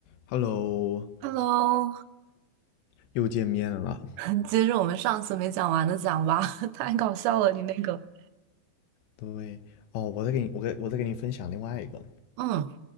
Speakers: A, on the left; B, on the right.
A: Hello，
B: Hello，
A: 又见面了。
B: <laughs> 接着我们上次没讲完的讲吧，<laughs> 太搞笑了，你那个，
A: 对，哦，我再给你，我给我再给你分享另外一个，
B: 嗯